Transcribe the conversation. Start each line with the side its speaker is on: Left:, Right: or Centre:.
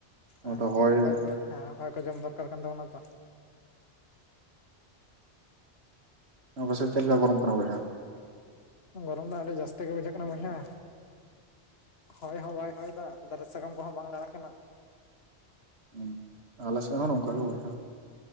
Left: ᱦᱟᱸ
Right: ᱛᱚ
Left: ᱦᱟᱸ
Right: ᱦᱚᱭ
Left: ᱠᱟᱹᱴᱤᱡ ᱵᱟᱦᱨᱮ ᱠᱚᱨᱮ ᱦᱮ ᱦᱚᱭ ᱠᱚ ᱡᱚᱢ ᱫᱚᱨᱠᱟᱨ ᱠᱟᱱ ᱛᱟᱵᱚᱱᱟ ᱛᱚ᱾
Right: ᱟᱯᱮᱥᱮᱫ ᱪᱮᱫ ᱞᱮᱠᱟ ᱜᱚᱨᱚᱢ ᱠᱟᱱᱟ ᱵᱚᱭᱦᱟ?
Left: ᱜᱚᱨᱚᱢ ᱫᱚ ᱟᱹᱰᱤ ᱡᱟᱹᱥᱛᱤ ᱜᱮ ᱵᱩᱡᱷᱟᱹᱜ ᱠᱟᱱᱟ ᱵᱚᱭᱦᱟ ᱦᱚᱭ ᱦᱚᱸ ᱦᱚᱭ ᱵᱟᱭ ᱦᱚᱭ ᱫᱟ᱾ ᱫᱟᱨᱮ ᱥᱟᱠᱟᱢ ᱠᱚᱦᱚᱸ ᱵᱟᱝ ᱞᱟᱲᱟᱜ ᱠᱟᱱᱟ᱾
Right: ᱦᱩᱸ ᱟᱞᱮᱥᱮᱫ ᱦᱚ ᱱᱚᱝᱠᱟ ᱜᱮ ᱵᱚᱭᱦᱟ᱾